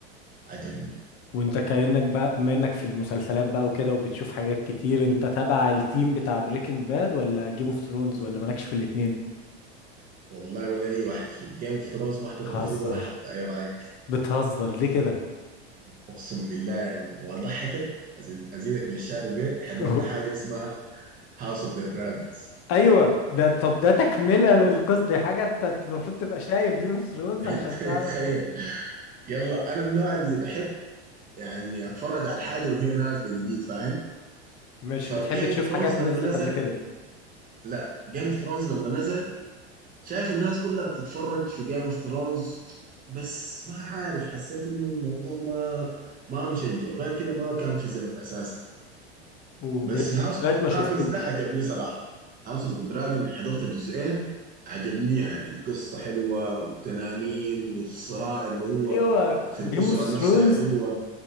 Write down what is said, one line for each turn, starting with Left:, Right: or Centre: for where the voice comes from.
Right: عجبني
Left: وانت كأنك بقى بما انك في المسلسلات بقى وكده وبتشوف حاجات كتير انت تبع التيم بتاع بريكنج باد ولا جيم اوف ثرونز ولا مالكش في الاتنين
Right: والله ولا أي واحد فيهم جيم اوف ثرونز ما حضرت
Left: بتهزر
Right: فيه ولا حلقة إيه رأيك؟
Left: بتهزر ليه كده
Right: أقسم بالله يا مان وأضحكك أزيد أزيدك من الشعر بيت حضرت
Left: <laughs>
Right: حاجة اسمها هاوس اوف ذا دراجونز
Left: ايوه ده طب ده تكملة للقصة دي حاجة انت المفروض تبقى شايف جيم اوف ثرونز
Right: <laughs>
Left: عشان تعرف
Right: تخيل يلا أنا النوع اللي بحب يعني أتفرج على الحاجة وهي نازلة جديد فاهم؟
Left: مش
Right: فجيم
Left: بتحب تشوف
Right: اوف ثرونز
Left: حاجات
Right: لما
Left: نزلت
Right: نزل
Left: قبل كده
Right: لا جيم اوف ثرونز لما نزل شايف الناس كلها بتتفرج في جيم اوف ثرونز بس ما عارف حسيت انه الموضوع ما ما مشجع وغير كده ما كان في زمن اساسا
Left: وبريكنج
Right: بس هاوس اوف
Left: باد
Right: ذا
Left: ما
Right: دراجونز
Left: شفتوش
Right: ده عجبني صراحه هاوس اوف ذا دراجون حضرت الجزئين عجبني يعني القصه حلوه والتنانين والصراع اللي هو
Left: ايوه
Right: في
Left: جيم
Right: الاسره
Left: اوف ثرونز
Right: نفسها جوا